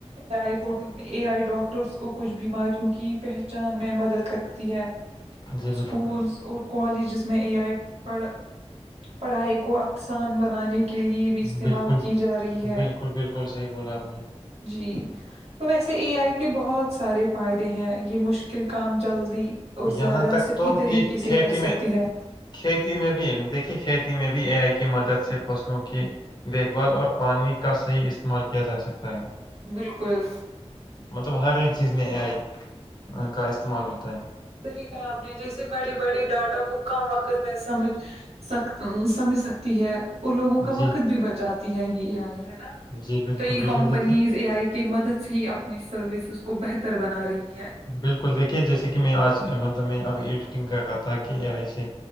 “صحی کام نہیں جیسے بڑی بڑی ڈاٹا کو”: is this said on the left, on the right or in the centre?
Right